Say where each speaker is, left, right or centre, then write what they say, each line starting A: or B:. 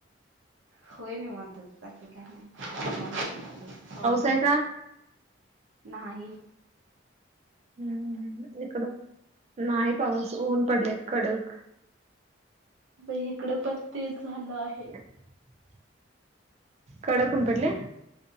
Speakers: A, on the right; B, on the right.
A: होय निवांतच, बाकी काही नाहीच. निवांत चालू आहे पाऊस
B: आहे
A: नाही.
B: का
A: नाहही
B: हम्म हम्म. इकडं नाही पाऊस ऊन पडलंय कडक.
A: मग हिकडं पण तेच झालं आहे.
B: <inaudible> कडक ऊन पडलंय?